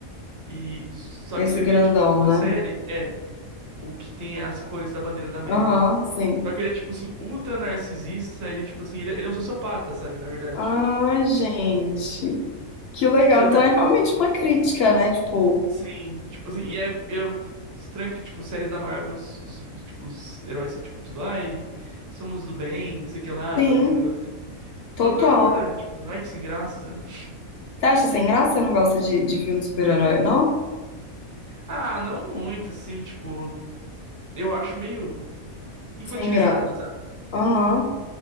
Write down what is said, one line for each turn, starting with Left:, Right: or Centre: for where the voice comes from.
Right: E só
Left: esse
Right: que você
Left: grandão,
Right: vê, tipo,
Left: né?
Right: na série, é, o que tem as cores da bandeira da América,
Left: Aham,
Right: né?
Left: sim.
Right: Só que ele é, tipo assim, ultra narcisista, ele, tipo assim, ele, ele é um sociopata, sabe, na verdade.
Left: Ah, gente. Que legal.
Right: Tipo, você vai.
Left: Então é realmente uma crítica, né? Tipo,
Right: Sim, tipo assim, e é, e é estranho porque, tipo, séries da Marvel, os, os- os, tipo, os heróis são, tipo, tudo, ai, somos do bem, não sei o que lá,
Left: sim,
Right: sabe, tipo, um negócio assim. Tipo,
Left: total.
Right: aquela coisa, tipo, ai, que sem graça, sabe?
Left: Você acha sem graça? Você não gosta de, de filme de super-herói, não?
Right: Ah, não muito, assim, tipo, eu acho meio infantilizado,
Left: Sem graça.
Right: sabe?
Left: Aham.